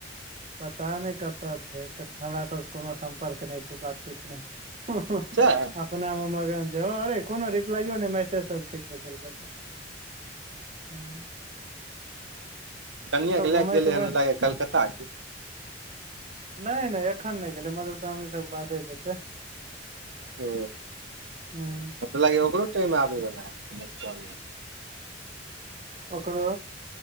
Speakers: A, on the right; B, on the right.
A: पता नहि कतय छै हमरा सबसँ कोनो सम्पर्क नहि छै बातचीत नहि ओ <unintelligible>
B: सैह
A: अपना मे मगन छै अरे कोनो रिप्लाइयो नहि मैसेज सब ठीक से केलकै तऽ हँ <unintelligible>
B: कनियाके लए
A: घुमै
B: क गेलै
A: तुमै
B: हन लागे कलकत्ता
A: नहि नहि एखन नहि गेलै मधुश्रावणी सबके बादे जेतै
B: ओ
A: हूँ
B: कत लागे ओकरो आबे वाला है बच्चा
A: ओकरो